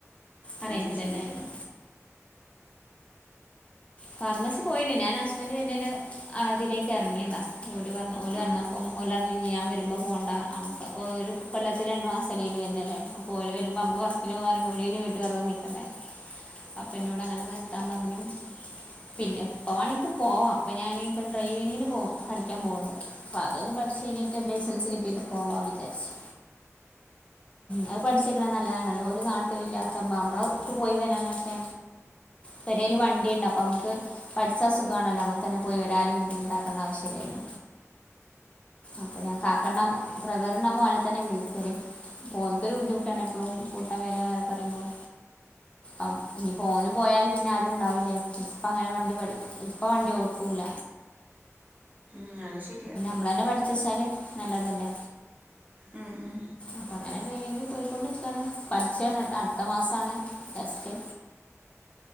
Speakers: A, on the left; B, on the right.
A: അറേയ്ഞ്ചിടന്നെ
B: അറേഞ്ച്ഡ്
A: ആയിരുന്നു ഫാർമസി പോയിണ്ട് ഞാൻ ഹസ്ബൻഡ് വര്ണേന് അതിലേക്ക് ഇറങ്ങിയതാണ് ഓര് പറഞ്ഞ പോല
B: ഉം
A: വന്ന അപ്പം ഓലറഞ്ഞീന് ഞാൻ വരുമ്പോൾ പോകണ്ട നമുക്ക് ഒരു കൊല്ലത്ത് രണ്ട് മാസത്തെ ലീവിന് വരുന്നല്ലേ അപ്പം ഓല് വരുമ്പോൾ നമ്മള് വർക്കിന് പോവാന്ന് പറയുമ്പോ ഓല് പിന്നെ വീട്ട് വെറുതെ നിക്കണ്ടേ അപ്പ എന്നോട് അങ്ങനെ നിർത്താൻ പറഞ്ഞു പിന്നെ
B: ഉം
A: എപ്പവാണെങ്കി പോവാം അപ്പൊ ഞാനിപ്പ ഡ്രൈവിങ്ങിന് പോ പഠിക്കാൻ പോവണ്ട് അപ്പതൊന്ന് പഠിച്ചെയ്ഞ്ഞിട്ട് ലൈസൻസ് കിട്ടിട്ട് പോവാ വിചാരിച്ചു അത് പഠിച്ചെക്കണെ നല്ലതാണല്ലോ ഓല് നാട്ടിലല്ലാത്ത നമ്മളക്ക് പോയി വരാനൊക്കെ പേരേല് വണ്ടീണ്ടാ അപ്പമ്ക്ക് പഠ്ച്ചാ സുഖാണല്ലോ അമ്മക്കെന്നെ പോയി ഒരാളിം ബുദ്ധിമുട്ടാക്കണ്ട ആവശ്യല്ലല്ലോ അപ്പ ഞാൻ കാക്കണ്ട ബ്രദറ്ന്റെ മോനെ തെന്നെ വിളിക്കെല് പ്പോൻക്കൊര് ബുദ്ധിമുട്ടാണ് എപ്പളും കൂട്ടാൻ വരാ പറീമ്പം അപ് ഇഞ്ഞിപ്പോന് പോയാല് പിന്നെ ആരുംണ്ടാവൂല ഇപ്പ അങ്ങെനെ വണ്ടി പഠി ഇപ്പ വണ്ടി ഓട്ടൂല
B: ഉം അത് ശെര്യാ
A: മ്മളെന്നെ പഠിച്ചെച്ചാല് നല്ലതെല്ലെ
B: ഉം ഉം
A: അപ്പൊ അങ്ങെനെ ഡ്രൈവിംഗ് പോയ്ക്കൊണ്ട്ക്കാണ് പഠ്ച്ചാണ് അട്ത്ത മാസാണ് ടെസ്റ്റ്